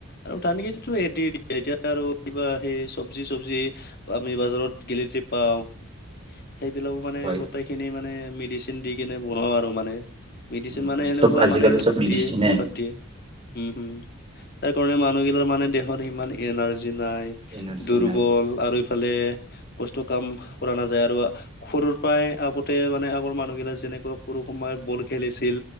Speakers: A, on the left (about 50°); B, on the right (about 30°).
A: আৰু ধান খেতিটো এ দি দিয়ে এতিয়া আৰু কিবা হেই চব্জি চব্জি আমি বজাৰত গেলিযে পাওঁ। সেইবিলাকও মানে
B: হয়।
A: গোটেই খিনি মানে মেডিচিন দি কিনে বনাও আৰু মানে মেডিচিন
B: উম,
A: মানে
B: উম,
A: হেনেকুৱা
B: চব আজিকালি
A: মানে
B: চব মেডিচিনে
A: দিয়ে। উশাদ দিয়ে। উম, হম, তাৰ কাৰণে মানুহ গিলাৰ মানে দেহত ইমান এনাৰ্জি নাই
B: এনাৰ্জি
A: দুৰ্বল।
B: নাই
A: আৰু ইফালে কষ্ট কাম কৰা নাযায় আৰু সৰু প্ৰায় আগতে মানে আগৰ মানুহগিলা যেনেকুৱা সৰু পৰাই বল খেলিছিল।